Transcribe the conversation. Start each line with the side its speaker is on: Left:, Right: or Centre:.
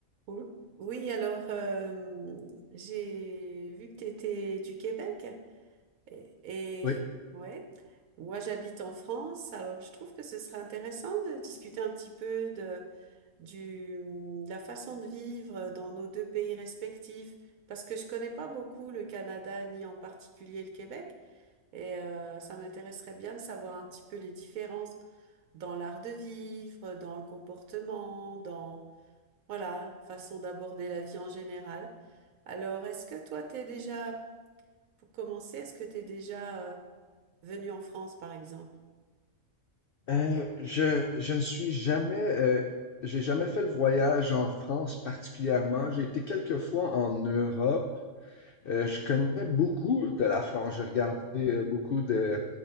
Right: Ou- Oui, alors euh, j'ai vu que tu étais du Québec et,
Left: Oui.
Right: et- ouais, moi j'habite en France, alors je trouve que ce serait intéressant de discuter un petit peu de, du, de la façon de vivre dans nos deux pays respectifs parce que je connais pas beaucoup le Canada ni en particulier le Québec et euh, ça m'intéresserait bien de savoir un petit peu les différences dans l'art de vivre, dans le comportement, dans voilà, façon d'aborder la vie en général. Alors, est-ce que toi, t'es déjà, pour commencer, est-ce que t'es déjà euh, venu en France, par exemple?
Left: Euh, je, je ne suis jamais, euh, j'ai jamais fait le voyage en France particulièrement. J'ai été quelques fois en Europe. Euh, je connais beaucoup de la France. J'ai regardé euh, beaucoup de,